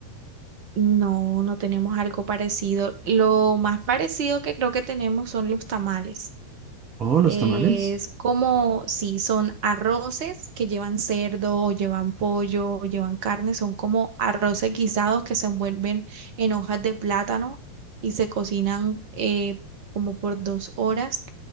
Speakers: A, on the right; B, on the right.
A: No, no tenemos algo parecido. Lo más parecido que creo que tenemos son los tamales.
B: Oh, los
A: Es
B: tamales.
A: como, sí, son arroces que llevan cerdo o llevan pollo o llevan carne, son como arroces guisados que se envuelven en hojas de plátano y se cocinan eh, como por dos horas.